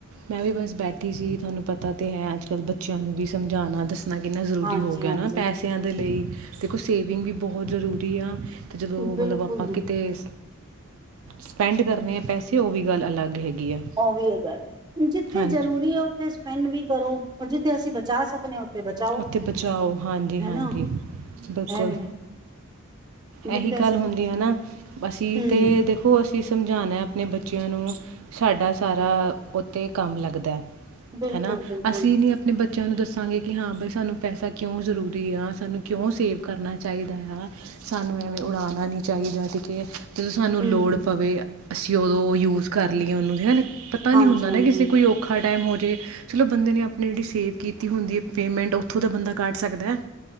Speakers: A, on the right; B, on the right.
A: ਮੈਂ ਵੀ ਬਸ ਬੈਠੀ ਸੀ ਤੁਹਾਨੂੰ ਪਤਾ ਤੇ ਹੈ ਅੱਜ ਕੱਲ੍ਹ ਬੱਚਿਆਂ ਨੂੰ ਵੀ ਸਮਝਾਉਣਾ ਦੱਸ ਕਿੰਨਾ ਜ਼ਰੂਰੀ
B: ਹਾਂਜੀ
A: ਹੋ ਗਿਆ
B: ਹਾਂਜੀ
A: ਨਾ ਪੈਸਿਆਂ ਦੇ ਲਈ ਕੁੱਛ ਸੇਵਿੰਗ ਵੀ ਬਹੁਤ ਜ਼ਰੂਰੀ ਆ। ਅਤੇ ਜਦੋਂ
B: ਬਿਲਕੁਲ
A: ਮਤਲਬ ਆਪ ਬਾਕੀ ਤੇ ਸਪੈਂਡ ਕਰਨੇ ਆ ਪੈਸੇ ਉਹ ਵੀ ਗੱਲ ਅਲੱਗ ਹੈਗੀ। ਆ
B: ਉਹ ਵੀਹ ਹਜ਼ਾਰ ਜਿੱਥੇ
A: ਹਾਂਜੀ
B: ਜਰੂਰੀ ਹੈ ਉੱਥੇ ਸਪੈਂਡ ਵੀ ਕਰੋ, ਪਰ ਜਿੱਥੇ ਅਸੀਂ ਬਚਾ ਸਕਦੇ ਹਾਂ। ਉੱਥੇ ਬਚਾਓ
A: ਉੱਥੇ ਬਚਾਓ, ਹਾਂਜੀ
B: ਹਨਾ
A: -ਹਾਂਜੀ ਤੁਸੀ ਦਸੋ।
B: ਇਹ ਵੀ ਜਿੱਥੇ
A: ਇਹੀ ਗੱਲ
B: ਅਸੀਂ
A: ਹੁੰਦੀ ਆ ਨਾ, ਅਸੀਂ
B: ਹਮ
A: ਤੇ ਦੇਖੋ ਅਸੀਂ ਸਮਝਾਣਾ ਹੈ ਆਪਣੇ ਬੱਚਿਆਂ ਨੂੰ ਸਾਡਾ ਸਾਰਾ ਉੱਤੇ ਕੰਮ ਲੱਗਦਾ।
B: ਬਿਲਕੁਲ
A: ਹੈਨਾ
B: ਬਿਲਕੁਲ
A: ਅਸੀਂ ਨੀ ਆਪਣੇ ਬੱਚੇ ਬੱਚਿਆਂ ਨੂੰ ਦੱਸਾਂਗੇ ਕਿ ਹਾਂ ਬਾਈ ਸਾਨੂੰ ਪੈਸਾ ਕਿਉਂ ਜ਼ਰੂਰੀ ਆ, ਸਾਨੂੰ ਕਿਉਂ ਸੇਵ ਕਰਨਾ ਚਾਹੀਦਾ ਆ। ਸਾਨੂੰ ਐਵੇਂ ਉਡਾਉਣਾ ਨਹੀਂ ਚਾਹੀਦਾ। ਠੀਕ ਏ। ਜਦੋਂ ਸਾਨੂੰ
B: ਹਮ
A: ਲੋੜ ਪਵੇ ਅਸੀਂ ਉਦੋਂ ਯੂਜ ਕਰ ਲਈਏ ਉਹਨੂੰ ਹੈ ਨਾ। ਪਤਾ ਨੀ
B: ਹਾਂਜੀ
A: ਹੁੰਦਾ
B: ਹਾਂਜੀ
A: ਨਾ ਕਿਸੇ ਕੋਈ ਔਖਾ ਟਾਈਮ ਹੋ ਜਾ ਚਲੋ ਬੰਦੇ ਨੇ ਆਪਣੀ ਜਿਹੜੀ ਸੇਵ ਕੀਤੀ ਹੁੰਦੀ ਪੇਮੈਂਟ ਉੱਥੋਂ ਦਾ ਬੰਦਾ ਕੱਢ ਸਕਦਾ।